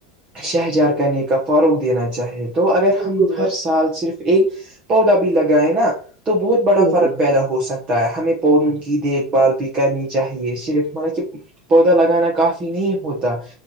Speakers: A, on the right (about 35°); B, on the right (about 55°).
A: شجر کاری کا فروغ دینا چاہے تو اگر
B: بالکل
A: ہم
B: بھائی
A: ہر سال صرف ایک پودا بھی لگائے نا تو بہت بڑا
B: بالکل
A: فرق پیدا ہو ہو سکتا ہے ہمیں پودوں کی دیکھ بھال بھی کرنی چاہیے صرف مطلب کہ پودا لگانا کافی نہیں ہوتا